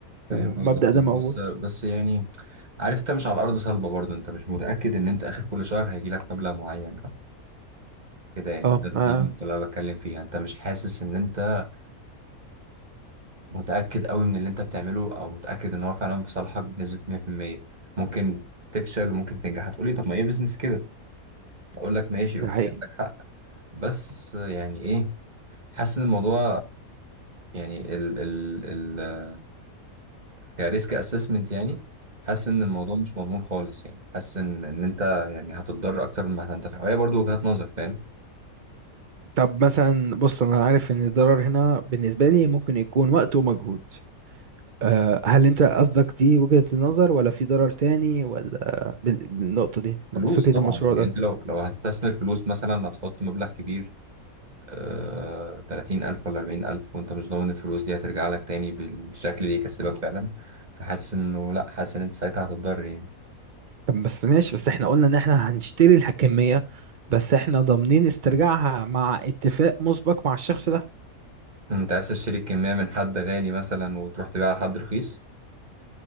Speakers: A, on the right; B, on the right.
A: فاهم
B: والمبدأ
A: قصدك
B: ده
A: ده.
B: موجود
A: بس بس يعني عارف انت مش على الارض صلبه برضو انت مش متاكد ان انت اخر كل شهر هيجي لك مبلغ معين او كده يعني
B: اه
A: ده
B: ما
A: دي النقطة اللي انا بتكلم فيها انت مش حاسس ان انت متاكد قوي من اللي انت بتعمله او متاكد ان هو فعلا في صالحك بنسبه 100% ممكن تفشل وممكن تنجح هتقولي طب ما ايه بيزنس كده اقول لك ماشي
B: ده
A: اوكي
B: حقيقي
A: عندك حق بس يعني ايه حاسس ان الموضوع يعني ال ال ال كريسك اسسمنت يعني حاسس ان الموضوع مم. مش مضمون خالص يعني حاسس ان ان انت يعني هتتضرر اكتر مما هتنتفع وهي برضو وجهات نظر فاهم
B: طب مثلا بص انا عارف ان الضرر هنا بالنسبه لي ممكن يكون وقت ومجهود أه هل انت قصدك دي وجهه النظر ولا في ضرر تاني ولا بال- بالنقطه دي مع
A: فلوس
B: فكره
A: طبعا
B: المشروع
A: يعني
B: ده
A: انت لو لو هتستثمر فلوس مثلا هتحط مبلغ كبير آه 30000 ولا 40000 وانت مش ضامن الفلوس دي هترجع لك تاني بالشكل اللي يكسبك فعلا فحاسس انه لا حاسس ان انت ساعتها هتتضرر يعني
B: طب بس ماشي بس احنا قلنا ان احنا هنشتري الحكميه بس احنا ضامنين استرجاعها مع اتفاق مسبق مع الشخص ده
A: انت عايز تشتري الكمية من حد غالي مثلا وتروح تبيعها لحد رخيص